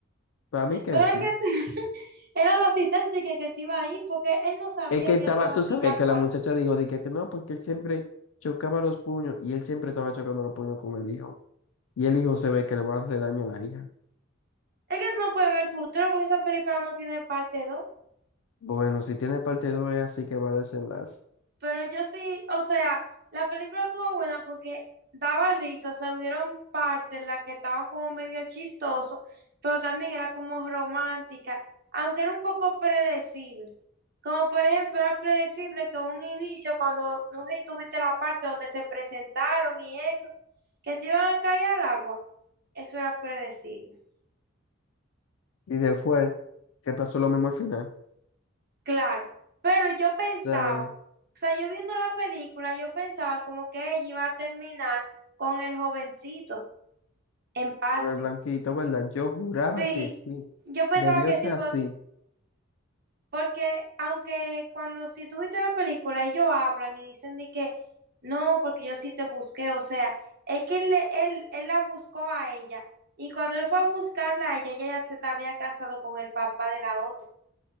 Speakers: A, on the left (about 80°); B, on the right (about 50°).
A: Para mí que
B: Pero
A: sí.
B: es que <laughs> era el asistente que, que se iba a ir, porque él no sabía
A: Es que
B: que
A: él estaba,
B: ya estaba
A: tú
B: aquí
A: sabes
B: ya
A: que
B: por...
A: la muchacha dijo, dije que no, porque él siempre chocaba los puños y él siempre estaba chocando los puños con el hijo. Y el hijo se ve que le va a hacer daño a la hija.
B: Es que eso no puede ver el futuro, porque esa película no tiene parte dos
A: Bueno, si tiene parte 2 es así que va a desenlace.
B: Pero yo sí, o sea, la película estuvo buena porque daba risa, o sea, hubieron partes en las que estaban como medio chistoso, pero también era como romántica, aunque era un poco predecible. Como por ejemplo, era predecible que un inicio, cuando, no sé si tuviste la parte donde se presentaron y eso, que se iban a caer al agua, eso era predecible.
A: Y después, que pasó lo mismo al final.
B: Claro, pero yo pensaba,
A: O sea,
B: o sea, yo viendo la película, yo pensaba como que ella iba a terminar con el jovencito, en parte.
A: con el blanquito, ¿verdad? Yo juraba
B: Sí,
A: que sí.
B: yo pensaba
A: Debió
B: que
A: ser
B: sí, por-
A: así.
B: porque aunque cuando si tú viste la película, ellos hablan y dicen de que no, porque yo sí te busqué, o sea, es que él, le- él, él la buscó a ella y cuando él fue a buscarla a ella, ella ya se te había casado con el papá de la otra,